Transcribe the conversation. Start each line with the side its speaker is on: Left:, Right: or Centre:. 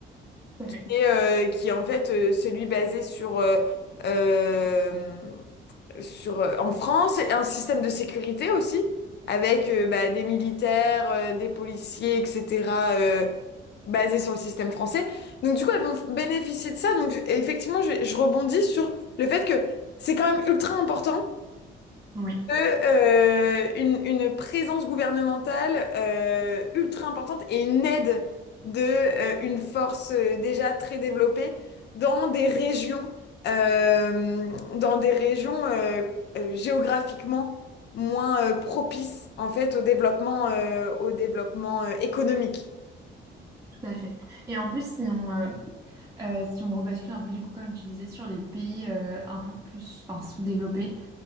Right: tout à fait.
Left: Et euh, qui est en fait euh, celui basé sur, euh, euh, sur euh, en France, et un système de sécurité aussi, avec euh, bah, des militaires, euh, des policiers, etc., euh, basé sur le système français. Donc du coup, elles vont f- bénéficier de ça. Donc je- effectivement, je, je rebondis sur le fait que c'est quand même ultra important
Right: Oui,
Left: de, euh, une, une présence gouvernementale euh, ultra importante et une aide de euh, une force euh, déjà très développée dans des régions, euh, dans des régions euh, euh, géographiquement moins euh, propices en fait au développement, euh, au développement euh, économique.
Right: tout à fait. Et en plus, si on, euh, Euh, si on rebascule un peu, du coup, comme tu disais, sur les pays euh, un peu plus enfin, sous-développés,